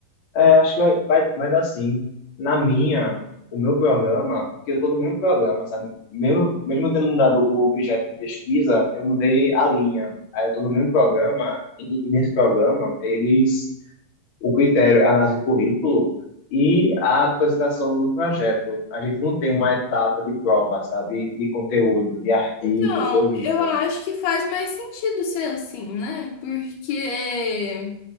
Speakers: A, on the left (about 50°); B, on the left (about 80°).
A: É, acho que vai, vai, vai dar sim. Na minha, o meu programa, porque eu tô no mesmo programa, sabe? Meu, mesmo eu tendo mudado o objeto de pesquisa, eu mudei a linha. Aí eu tô no mesmo programa, e ne- e nesse programa, eles, o critério é a análise de currículo e a apresentação do projeto. A gente não tem uma etapa de prova, sabe? De conteúdo, de artigo
B: Então,
A: ou livro.
B: eu acho que faz mais sentido ser assim, né? Porque